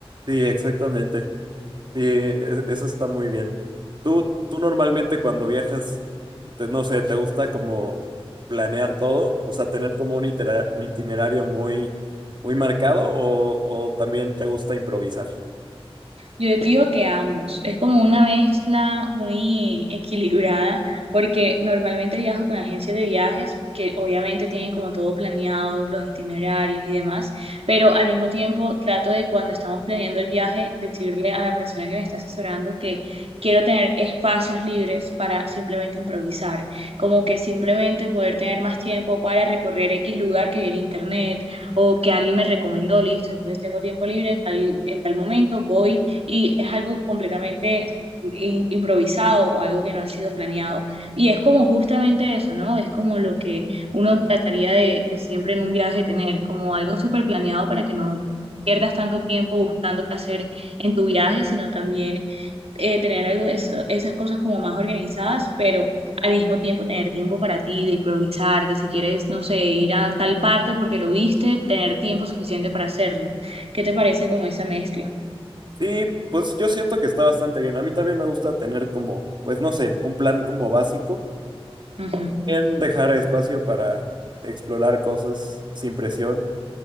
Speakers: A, on the right (about 50°); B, on the right (about 75°).
A: Sí, exactamente. Sí, e- eso está muy bien. Tú, tú normalmente cuando viajas, te- no sé, ¿te gusta como planear todo? O sea, tener como un itera- un itinerario muy, muy marcado o, o también te gusta improvisar.
B: Yo digo que ambos. Es como una mezcla muy equilibrada, porque normalmente viajo con agencias de viajes que obviamente tienen como todo planeado, los itinerarios y demás, pero al mismo tiempo trato de cuando estamos planeando el viaje, decirle a la persona que me está asesorando que quiero tener espacios libres para simplemente improvisar, como que simplemente poder tener más tiempo para recorrer X lugar que vi en internet o que alguien me recomendó, listo, entonces tengo tiempo libre, tal, en tal momento voy y es algo completamente in- improvisado o algo que no ha sido planeado. Y es como justamente eso, ¿no? Es como lo que uno trataría de, de siempre en un viaje tener, como algo súper planeado para que no pierdas tanto tiempo buscando qué hacer en tu viaje, sino también eh, tener algo, eso- esas cosas como más organizadas, pero al mismo tiempo tener tiempo para ti, de improvisar, de si quieres, no sé, ir a tal parte porque lo viste, tener tiempo suficiente para hacerlo. ¿Qué te parece como esa mezcla?
A: Sí, pues yo siento que está bastante bien. A mí también me gusta tener como, pues no sé, un plan como básico,
B: Ujú.
A: en dejar espacio para explorar cosas sin presión